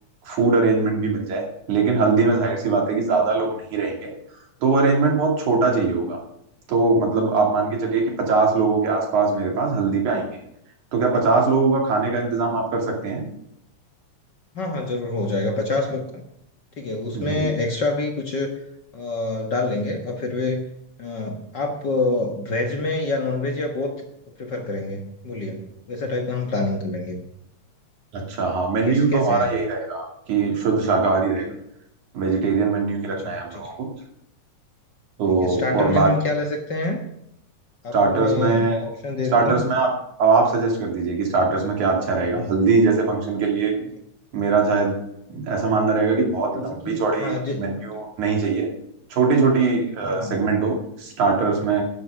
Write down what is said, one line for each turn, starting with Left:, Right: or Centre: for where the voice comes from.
Right: फूड अरेंजमेंट भी मिल जाए लेकिन हल्दी में जाहिर सी बात है कि ज्यादा लोग नहीं रहेंगे तो वो अरेंजमेंट बहुत छोटा चाहिए होगा तो मतलब आप मान के चलिए कि पचास लोगों के आसपास मेरे पास हल्दी पे आएंगे तो क्या पचास लोगों का खाने का इंतजाम
Left: ठीक
Right: आप कर
Left: है।
Right: सकते हैं
Left: हाँ हाँ जरूर हो जाएगा पचास लोग का ठीक है उसमें
Right: जी
Left: एक्स्ट्रा भी कुछ अ, डाल लेंगे और फिर वे अ, आप वेज में या नॉन वेज या बोथ प्रेफर करेंगे बोलिए वैसा टाइप का हम प्लानिंग कर लेंगे
Right: अच्छा हाँ मेन्यू
Left: गेस्ट कैसे
Right: तो हमारा
Left: हैं
Right: यही रहेगा कि शुद्ध शाकाहारी रहेगा वेजिटेरियन मेन्यू ही रखना
Left: अच्छा
Right: है हम
Left: ठीक
Right: लोगों
Left: है
Right: को तो
Left: ठीक है स्टार्टर
Right: और
Left: में हम क्या ले सकते हैं
Right: स्टार्टर्स
Left: आपको मैं
Right: में
Left: ऑप्शन दे
Right: स्टार्टर्स
Left: देता हूँ
Right: में आप अब आप सजेस्ट कर दीजिए कि स्टार्टर्स में क्या अच्छा रहेगा हल्दी जैसे फंक्शन के लिए
Left: ठीक है
Right: मेरा शायद ऐसा मानना रहेगा कि बहुत
Left: जैसे
Right: लंबी
Left: कि
Right: चौड़ी
Left: हाँ ज,
Right: मेन्यू नहीं चाहिए छोटी छोटी
Left: हाँ
Right: सेगमेंट हो स्टार्टर्स में